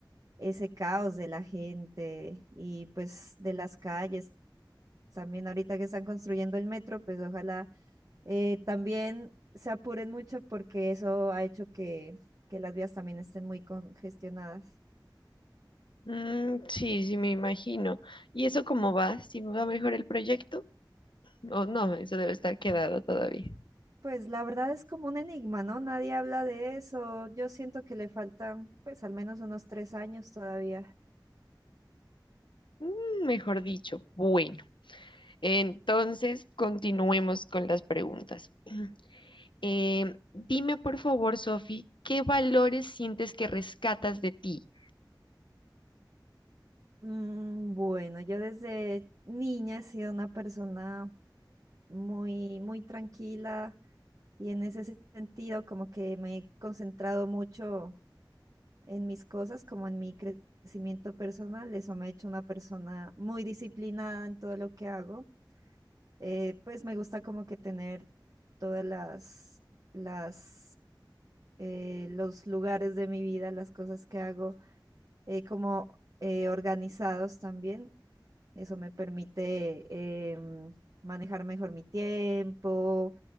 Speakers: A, on the right; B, on the left.
A: ese caos de la gente y pues de las calles. También ahorita que están construyendo el metro, pues ojalá eh, también se apuren mucho porque eso ha hecho que, que las vías también estén muy congestionadas.
B: Mm, sí, sí, me imagino. ¿Y eso cómo va? ¿Si va mejor el proyecto? O no, eso debe estar quedado todavía.
A: Pues la verdad es como un enigma, ¿no? Nadie habla de eso. Yo siento que le faltan pues al menos unos tres años todavía.
B: Mm, mejor dicho, bueno. Entonces, continuemos con las preguntas. <clears throat> Em, dime, por favor, Sofi, ¿qué valores sientes que rescatas de ti?
A: Mm, bueno, yo desde niña he sido una persona muy, muy tranquila y en ese sentido como que me he concentrado mucho en mis cosas como en mi crecimiento personal. Eso me ha hecho una persona muy disciplinada en todo lo que hago. Eh, pues me gusta como que tener todas las, las, eh, los lugares de mi vida, las cosas que hago, eh, como eh, organizados también. Eso me permite em, manejar mejor mi tiempo,